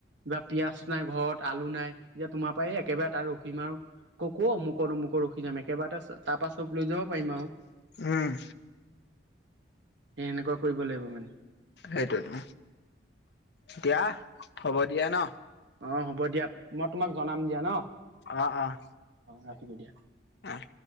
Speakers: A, on the right; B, on the left.
A: বা পিয়াজ নাই ঘৰত আলু নাই এতিয়া তোমাৰ পৰা এই একেবাৰে তাৰ ৰখিম আৰু। ককো অমুক অমুক ৰখি যাম একেবাটা তাৰপা চব লৈ যাব পাৰিম আৰু।
B: উম।
A: এ এনেকুৱা কৰিব লাগিব মানে।
B: সেইটোতো এতিয়া হ'ব দিয়া ন।
A: অ হ'ব দিয়া মই তোমাক জনাম দিয়া ন।
B: অহ অহ
A: ৰাখিছো দিয়া
B: অহ।